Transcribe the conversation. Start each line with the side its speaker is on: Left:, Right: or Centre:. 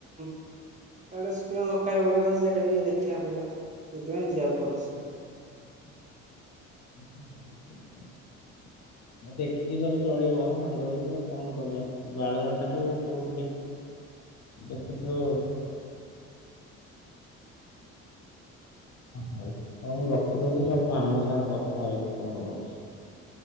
Right: ତାଟେ ଦରକୁ ପଡିବ ସେଇଟା ବି ଦେଖିବାକୁ ପଡିବ ସେଥିପାଇଁ ଯିବାକୁ ପଡୁଛି
Left: <inaudible> ଆଉ ଦେଖିକି ସବୁ ଚଳିବ ସାଙ୍ଗ ହେଇକି ଆଉ କଣ କରିବା, ବାଳୁଙ୍ଗା ଟା ତ ତା ତାକୁ ଟିକେ ଦେଖୁଥିବ। ହଉ ହଁ ମୁଁ ରଖିଦଉଛି ସେଠି ମାମା ସାଙ୍ଗରେ କଥା ହେଇକି ଫୋନ କରୁଛି।